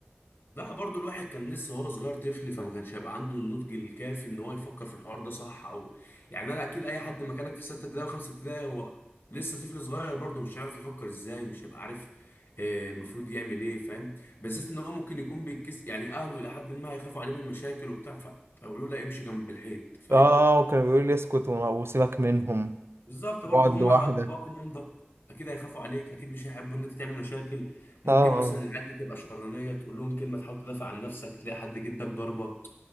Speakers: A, on the left; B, on the right.
A: لا برضو الواحد كان لسه هو صغير طفل فما كانش هيبقى عنده النضج الكافي ان هو يفكر في الحوار ده صح او يعني انا اكيد اي حد مكانك في ستة ابتدائي وخمسة ابتدائي هو لسه طفل صغير برضو مش عارف يفكر ازاي مش هيبقى عارف آه، المفروض يعمل ايه فاهم بالذات ان هو ممكن يكون بيتكس يعني اهله الى حد ما هيخافوا عليه من مشاكل وبتاع فيقولوا له لا امشي جنب الحيط فاهم
B: اه وكان بيقول لي اسكت وما- وسيبك منهم
A: بالظبط برضو
B: واقعد
A: هم
B: لوحدك
A: باباك ومامتك اكيد هيخافوا عليك اكيد مش هيحبوا ان انت تعمل مشاكل ممكن
B: اه
A: مثلا
B: اه
A: العيال دي تبقى شرانيه تقول لهم كلمه تحاول تدافع عن نفسك تلاقي حد جدك ضربه